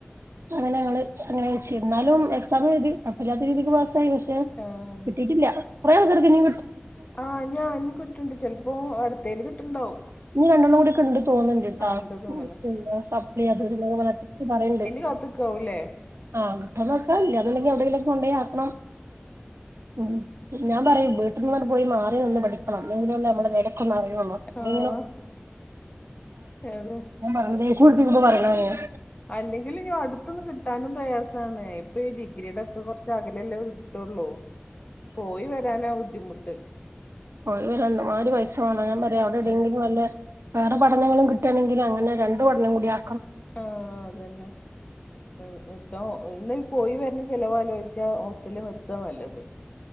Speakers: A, on the right (about 85°); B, on the left (about 35°).
A: അങ്ങനെ
B: ശരി
A: ഞങ്ങള് അങ്ങനെ. പക്ഷെ എന്നാലും എക്സാം എഴുതി കുഴപ്പമില്ലാതെ രീതിക്ക് പാസ്സായി പക്ഷെ
B: ആഹ്
A: കിട്ടിയിട്ടില്ല കുറെേ പേർക്ക് ഇനി.
B: ആഹ ഞാനും കിട്ടണ്ട് ചെലപ്പോ അടുത്തേല് കിട്ടണ്ടാവും.
A: ഇനി രണ്ടെണ്ണം കൂടി ഒക്കെണ്ട് തോന്നണ്ട് ട്ടാ
B: ഇണ്ട് തോന്ന്ണ്
A: പിന്നെ സപ്ല അത്ഇത്പറയണ്ട്.
B: കാത്തക്കാവല്ലേ.
A: ആ കിട്ടോ നോക്കാ അല്ലാ നിണ്ടെങ്കിൽ എവിടെങ്കിലോക്കെ കൊണ്ടോയാക്കണം
B: ആ ആഹ
A: ഉം ഞാൻ പറയും വീട്ട്ന്നാട്ട് പോയി മാറി നിന്ന് പഠിക്കണം എങ്കിലല്ലേ നമ്മളെ വെലയെക്കൊന്നറിയു യുന്ന് അല്ലെങ്കിലോ
B: ആഹ് അതെ
A: ഞാൻ പറഞ്ഞു ദേഷ്യം പിടിപ്പിക്കുമ്പോ പറയണ ഞാൻ
B: അല്ലെങ്കിൽ ഞാ അടുത്ത്ന്ന് കി കിട്ടാനും പ്രയാസാണ് ഇപ്പൊ ഈ ഡിഗ്രിയുടെക്കെ കുറച്ച് അകലല്ലേ കിട്ടുള്ളൂ പോയി വരാനാ ബുദ്ധിമുട്ട്
A: പോഴി വരാൻ എന്ത്മാതിര് പൈസ വേണം ഞാൻ പറയാ അവിടെവിടെങ്കിലും
B: ഉം
A: വല്ല വേറെ പഠനങ്ങളും കിട്ടയാണെങ്കിൽ അങ്ങനെ രണ്ട് പഠനം കൂടി ആ
B: ആ അതന്നെ നി നിക്കാ ഒന്ന് പോയി വരുന്ന ചെലവ്‌ ആലോയിച്ചാൽ ഹോസ്റ്റലിൽ നിർത്ത നല്ലത്